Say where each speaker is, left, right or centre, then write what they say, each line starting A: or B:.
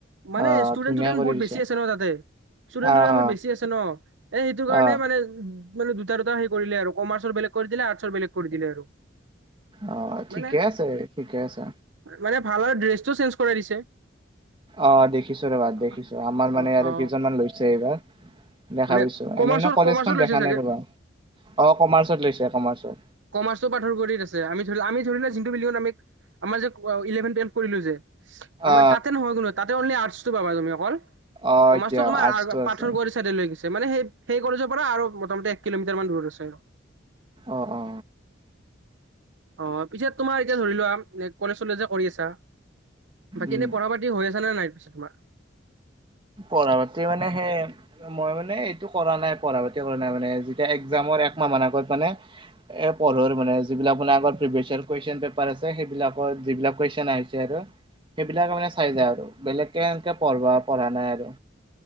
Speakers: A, on the right; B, on the right.
A: মানে
B: অ
A: ষ্টুডেণ্ট
B: ধুনীয়া
A: ষ্টুডেণ্ট
B: কৰি
A: বহুত
B: দিছে
A: বেছি আছে ন তাতে ষ্টুডেণ্ট
B: অ
A: টুডেণ্ট বহত
B: অ
A: বেছি আছে ন এ সেইটো কাৰণে
B: অ
A: মানে মানে দুটা দুটা সেই কৰিলে আৰু কমাৰ্চৰ বেলেগ কৰি দিলে আৰ্টচৰ বেলেগ কৰি দিলে আৰু
B: অ ঠিকে
A: মানে
B: আছে ঠিকে আছে
A: মানে ভাল আৰু ড্ৰেছটো চেঞ্জ কৰাই দিছে
B: অ দেখিছো ৰবা
A: অ
B: দেখিছো আমাৰ মানে
A: অ
B: ই
A: অ
B: কেইজনমান লৈছে এইবাৰ দেখা
A: মানে
B: পাইছো
A: কমাৰ্চৰ
B: এনে মানে কলেজখন
A: কমাৰ্চৰ লৈছে
B: দেখা
A: চাগে
B: নাই ৰবা অ কমাৰ্চত লৈছে কমাৰ্চত
A: কমাৰ্চো পথৰ কৰিত আছে আমি ধৰি আমি ধৰিলে লো আমাৰজে ইলেভে টোৱেলভ কৰিলো যে আম
B: অ
A: তাতে নয় তলি আৰ্টটো পাবা তুমি অকল
B: অ
A: কমাৰ্চো
B: এতিয়া
A: তোমাৰ
B: আৰ্টচটো আছে
A: পাৰঠন কৰি চাইডকে মানে সেই সেই কলেজৰ পৰা আৰু মোটামুটি এক কিলোমিটাৰ মান দূৰত আছে আৰু
B: অ অ
A: অ পিছে তোমাৰ এতিয়া ধৰি লোৱা কলেজ চলেজ কৰি আছা বাকী
B: উম
A: এনেই পঢ়া পাতি হৈ আছে নে নাই পিছে তোমাৰ
B: পঢ়া পাতি মানে সেই মই মানে এইটো কৰা নাই পঢ়া পা কৰা নাই মানে যেতিয়া এক্জামৰ এক মাহান আগত মানে পঢ়ো মানে যিবিলাক মানে আগৰ কুৱেইছন পেপাৰ সেইবাক যিলাক কৰ আৰু সেইবিলাক মানে চাই য আৰু বেলেগ পঢ়বা পঢ়া নাই আৰু